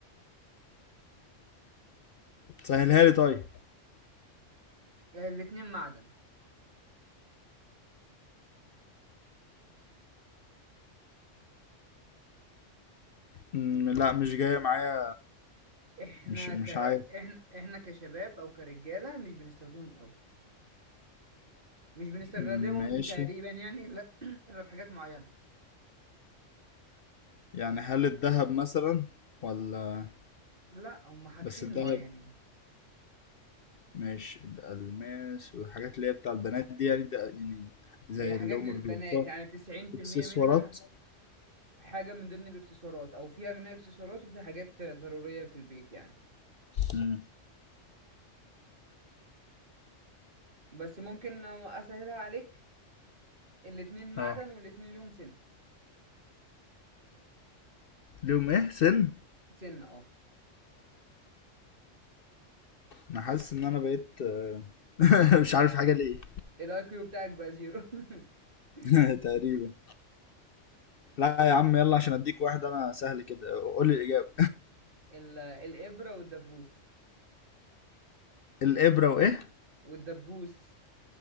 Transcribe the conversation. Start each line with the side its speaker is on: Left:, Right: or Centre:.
Left: سهلها لي طيب
Right: آه، الاتنين معدن
Left: مم، لا مش جاية معايا
Right: احنا
Left: مش مش
Right: ك
Left: عارف
Right: احنا احنا كشباب او كرجاله مش بنستخدمهم قوي مش بنستخدمهم
Left: مم، ماشي
Right: تقريبا يعني الا <clears throat> إلا في حاجات معينه
Left: يعني هل الذهب مثلا ولا
Right: لا هم حاجتين
Left: بس الذهب
Right: معينين
Left: ماشي الألماس والحاجات اللي هي بتاع البنات دي يعني ده يعني زي
Right: هي حاجات
Left: اللي هما
Right: للبنات
Left: بيلبسوها
Right: يعني 90%
Left: اكسسوارات
Right: منها حاجة من ضمن الاكسسوارات أو فيها منها اكسسوارات وفي حاجات ضرورية في البيت يعني
Left: مم،
Right: بس ممكن أسهلها عليك الاتنين معدن
Left: اه
Right: والاتنين ليهم سن
Left: ليهم ايه سن
Right: سن اه
Left: انا حاسس ان انا بقيت آه، <laughs> مش عارف حاجة ليه
Right: الاي كيو بتاعك بقى زيرو <laughs>
Left: <laughs> تقريبا لا يا عم يلا عشان اديك واحد انا سهل كده قول لي الاجابه
Right: ال- الإبرة والدبوس
Left: <laughs> الابره وايه
Right: والدبوس